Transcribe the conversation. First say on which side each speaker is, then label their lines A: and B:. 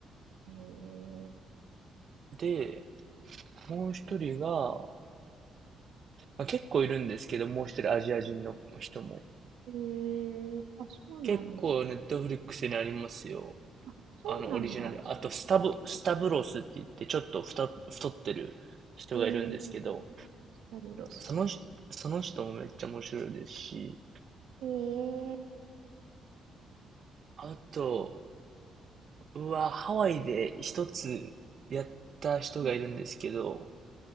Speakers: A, on the right; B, on the right.
A: ー、
B: で、もう一人が、まあ、結構いるんですけど、もう一人アジア人の人も。
A: えー、あ、そうなんですね。
B: 結構ネットフリックスにありますよ。
A: あ、そうなんだ。
B: あの、オリジナル。
A: 知らなかった。
B: あと、スタブ、スタブロスって言って、ちょっと太、太ってる人がいるんですけど、
A: えー、スタブロス。
B: その人、その人もめっちゃ面白いですし、
A: えー、
B: あと、うわ、ハワイで一つやった人がいるんですけど、
A: うん